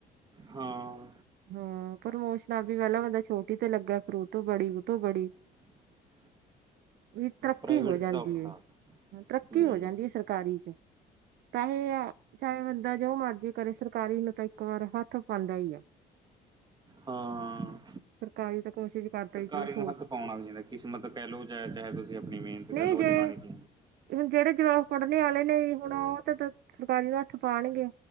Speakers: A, on the right; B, on the right.
A: ਹਾਂ।
B: ਹਾਂ ਪ੍ਰੋਮੋਸ਼ਨਾ ਬੀ ਪਹਿਲਾਂ ਬੰਦਾ ਛੋਟੀ ਤੇ ਲੱਗਿਆ ਫਿਰ ਉਹ ਤੋਂ ਬੜੀ ਉਹ ਤੋਂ ਬੜੀ,
A: <inaudible>
B: ਜਿ ਤਰੱਕੀ
A: ਪ੍ਰਾਈਵੇਟ
B: ਹੋ
A: 'ਚ
B: ਜਾਂਦੀ
A: ਤਾਂ ਔਖਾ
B: ਹੈ, ਤਰੱਕੀ
A: ਹੂੰ,
B: ਹੋ ਜਾਂਦੀ ਹੈ ਸਰਕਾਰੀ ਚ। ਤਾਹੀ ਆ ਚਾਹੇ ਬੰਦਾ ਜੋ ਮਰਜ਼ੀ ਕਰੇ ਸਰਕਾਰੀ ਨੂੰ ਤਾਂ ਇੱਕ ਵਾਰ ਹੱਥ, ਦਾ ਇ ਐ,
A: ਹਾਂ।
B: ਸਰਕਾਰੀ ਤਾਂ ਕੋਸ਼ਿਸ਼ ਕਰਦਾ
A: ਸਰਕਾਰੀ
B: ਹੀ ਚਲੋ ਛੋੜ
A: ਨੂੰ ਹੱਥ ਪਾਉਣਾ ਵੀ ਚਾਹੀਦਾ ਕਿਸਮਤ ਕਹਿ ਲਓ ਚਾਹੇ-ਚਾਹੇ ਤੁਸੀਂ ਆਪਣੀ ਮਿਹਨਤ ਕਹਿ
B: ਨਹੀਂ
A: ਲਓ
B: ਜੇ
A: ਅਜਮਾਣੀ ਚ,
B: ਹੁਣ ਜਿਹੜੇ ਜਵਾਕ ਪੜ੍ਹਨੇ ਵਾਲੇ ਨੇ ਹੁਣ ਉਹ ਤੇ ਸਰਕਾਰੀ ਨੂੰ ਹੱਥ ਪਾਉਣਗੇ,